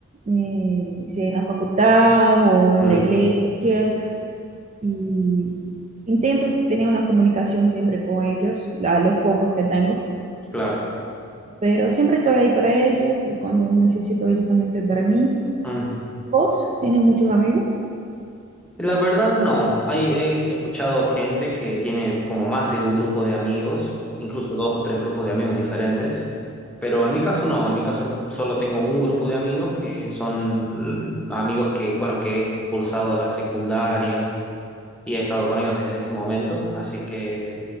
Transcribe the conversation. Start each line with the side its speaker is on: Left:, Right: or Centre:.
Right: eh, sea en la facultad o en
Centre: Mm,
Right: la iglesia, y intento tener una comunicación siempre con ellos, a los pocos que tengo,
Centre: claro.
Right: pero siempre estoy ahí para ellos y cuando necesito ellos también estoy para mí.
Centre: Mm.
Right: ¿Vos tenés muchos amigos?
Centre: La verdad no. Hay, he escuchado gente que tiene como más de un grupo de amigos, incluso dos o tres grupos de amigos diferentes, pero en mi caso no. En mi caso solo tengo un grupo de amigos que son mm, amigos que, con los que he cursado la secundaria y he estado con ellos desde ese momento. Así que